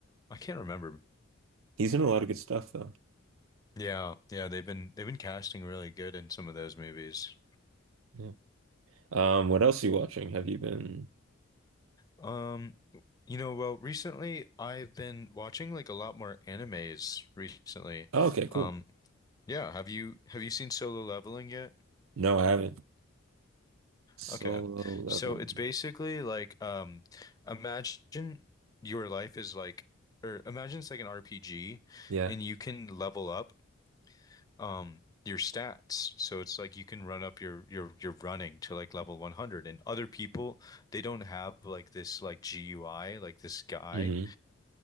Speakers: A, on the left; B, on the right.
A: I can't remember.
B: He's in a lot of good stuff though.
A: Yeah, yeah, they've been they've been casting really good in some of those movies.
B: Yeah. Um, what else are you watching? Have you been?
A: Um, you know, well, recently I've been watching like a lot more animes recently.
B: Oh, okay,
A: Um,
B: cool.
A: yeah, have you have you seen Solo Leveling yet?
B: No, I haven't. Solo
A: Okay.
B: Leveling.
A: So it's basically like um imagine your life is like or imagine it's like an RPG
B: Yeah.
A: and you can level up um your stats. So it's like you can run up your your your running to like level 100 and other people they don't have like this like GUI like this guy
B: hmm